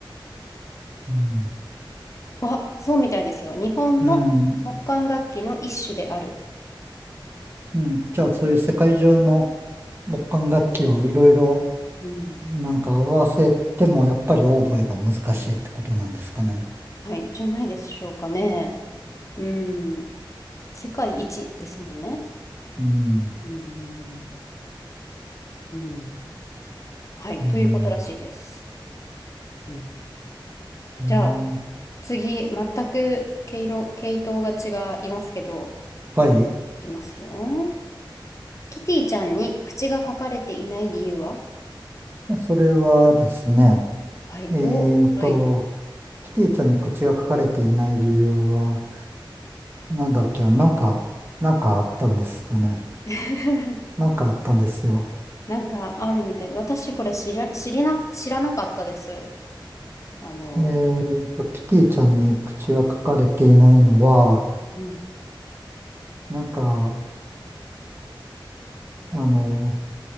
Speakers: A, on the right (about 25°); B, on the left (about 35°).
A: ん。
B: わそうみたいですよ。日本の木管楽器の一種である。
A: うん。うんじゃあそういう世界中の木管楽器をいろいろ
B: うん。
A: なんか合わせてもやっぱりオーボエが難しいってことなんですかね。
B: はい、じゃないでしょうかね。うん。世界一ですもんね。
A: うん。
B: うん。うん。うんはい、
A: うん。
B: ということらしいです。うん。
A: うん
B: じゃあ、次、全く毛色、系統が違いますけど、
A: はい。
B: いきますよ。キティちゃんに口が書かれていない理由は
A: それはですね、
B: はい。
A: え
B: お、
A: っと、
B: はい。
A: キティちゃんに口が書かれていない理由は、なんだっけ、なんか、なんかあったんですよね。
B: <laughs>
A: なんかあったんですよ。
B: なんかあるみたいで、私これ知ら、知りな、知らなかったです。あの、
A: えーと、キティちゃんに口が書かれていないのは、
B: うん。
A: なんか、あの、